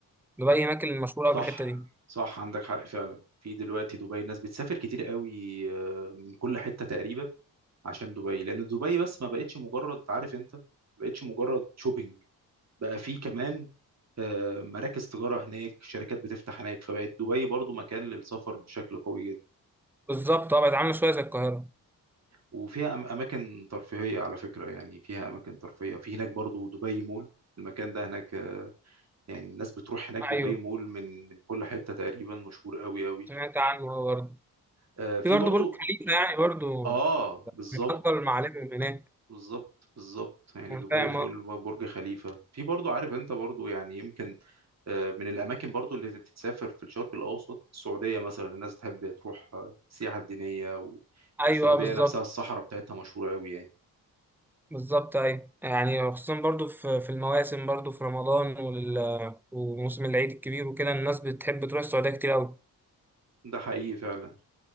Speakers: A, in the centre; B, on the right (about 45°).
A: دبي هناك المشهورة
B: صح
A: بالحتة دي
B: صح عندك حق فعلا في دلوقتي دبي ناس بتسافر كتير قوي آه، من كل حتة تقريبا عشان دبي لأن دبي بس ما بقتش مجرد عارف انت ما بقتش مجرد شوبينج بقى في كمان آه، مراكز تجارة هناك شركات بتفتح هناك فبقت دبي برضو مكان للسفر بشكل قوي جدا
A: بالظبط أه بقت عاملة شوية زي القاهرة
B: وفيها أم- أماكن ترفيهية على فكرة يعني فيها أماكن ترفيهية في هناك برضو دبي مول المكان ده هناك آه، يعني الناس بتروح هناك
A: أيوه
B: دبي مول من من كل حتة تقريبا مشهور قوي قوي
A: سمعت عنه هو برضه
B: آه في
A: في برضه
B: برضو
A: برج خليفة يعني برضه
B: اه بالظبط
A: من أفضل المعالم اللي هناك
B: بالظبط بالظبط يعني
A: أنا
B: دبي
A: فاهم
B: مول
A: أه
B: برج خليفة في برضو عارف انت برضو يعني يمكن آه، من الأماكن برضو اللي تتسافر في الشرق الأوسط السعودية مثلا الناس تحب تروح آه، السياحة الدينية و-
A: أيوه
B: والسعودية
A: أه بالظبط
B: نفسها الصحراء بتاعتها مشهورة أوي يعني
A: بالظبط أيوه يعني خصوصا برضه في في المواسم برضه في رمضان وال... وموسم العيد الكبير وكده الناس بتحب تروح السعودية كتير أوي
B: ده حقيقي فعلا